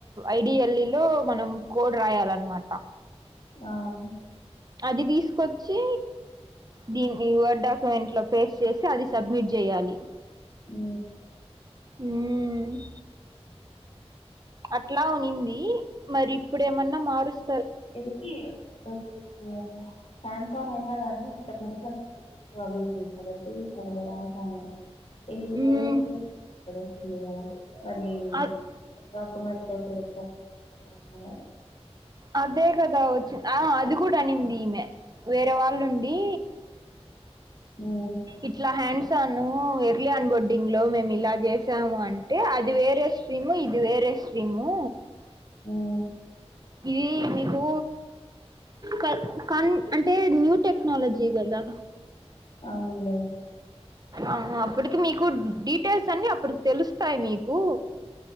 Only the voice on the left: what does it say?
ఆ అవును.
ఊ
ఎదికి <unintelligible> అయినా గానీ ఇంతకు ముందు <unintelligible> అది ఇది అందర్ ఇది సగం వరాసాము. ఇది వేరే
స్సూ ఇదొస్తుంది గదా! మరీ
డాక్యుమెంట్లో చేయొచ్చా? సరే అండి మరి.
ఊఉ
ఉహ్
అవున్లే